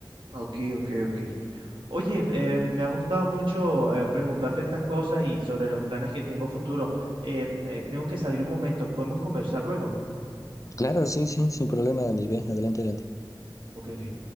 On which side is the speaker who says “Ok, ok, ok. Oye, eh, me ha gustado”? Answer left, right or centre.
Right